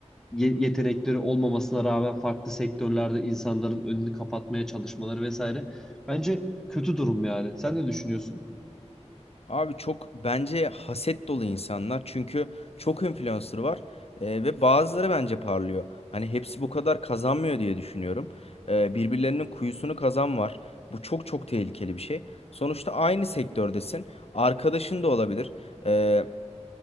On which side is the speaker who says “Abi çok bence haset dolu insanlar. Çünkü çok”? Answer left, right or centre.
Left